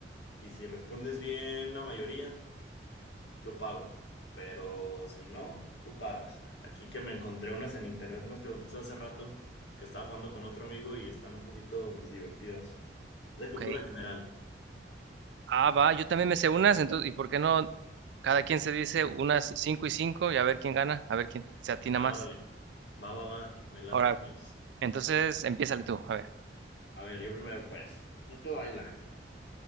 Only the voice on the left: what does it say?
y si respondes bien la mayoría, yo pago. Pero si no, tú pagas. Aquí que me encontré unas en internet, unas preguntitas hace rato que estaba jugando con otro amigo y están un poquito, pues, divertidas. Es de
cultura general.
Ah,
órale. Va, va, va. Me late,
pues.
A ver, yo primero, pues. Y te baila.